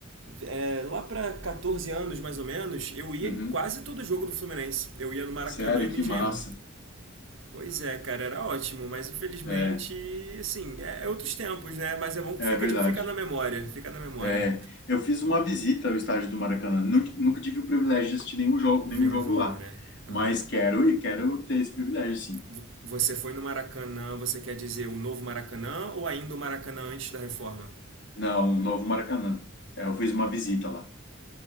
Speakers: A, on the right; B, on the left.
A: é, lá para 14 anos, mais ou menos, eu ia
B: uhum.
A: em quase todo jogo do Fluminense. Eu ia no Maracanã
B: Sério,
A: e no
B: que
A: Engenhão.
B: massa.
A: Pois é, cara, era ótimo, mas infelizmente,
B: É,
A: assim, é, é outros tempos, né? Mas é bom que
B: é
A: fica,
B: verdade.
A: de, fica na memória, fica na memória
B: É, eu fiz uma visita ao estádio do Maracanã. Nunca, nunca tive o privilégio de assistir nenhum jogo,
A: ver
B: nenhum
A: um
B: jogo
A: jogo,
B: lá,
A: né? Aham.
B: mas quero e quero ter esse privilégio, sim.
A: Vo- Você foi no Maracanã, você quer dizer o novo Maracanã ou ainda o Maracanã antes da reforma?
B: Não, o novo Maracanã. É, eu fiz uma visita lá.